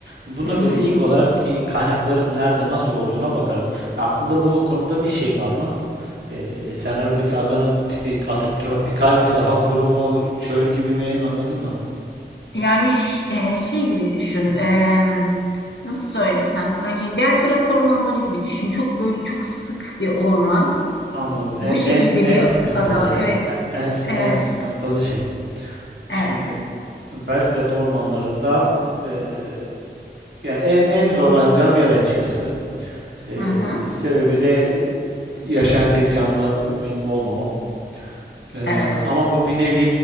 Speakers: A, on the right (about 85°); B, on the left (about 85°).
A: Buna
B: Hı hı.
A: göre ilk olarak bir kaynakların nerede nasıl olduğuna bakarım. Aklında bu konuda bir şey var mı? Ee, senaryodaki adanın tipi atıyorum tropikal mi, daha kuru mu, çöl gibi mi? Anladın mı?
B: Yani ş- e, şey gibi düşün. em, nasıl söylesem hani Belgrad ormanları gibi düşün. Çok böyle çok sık bir orman.
A: Anladım. En,
B: Bu şekilde
A: en, en
B: bir
A: sıkıntılı
B: ada. Evet.
A: en, en,
B: Evet.
A: en sıkıntılı şey. Şimdi
B: Evet.
A: Belgrad ormanlarında eee ya en en zorlanacağım yer açıkçası. Ee,
B: Hı hı.
A: sebebi de yaşayan tek canlı benim olmamam. Ee,
B: Evet.
A: ama bu bir nevi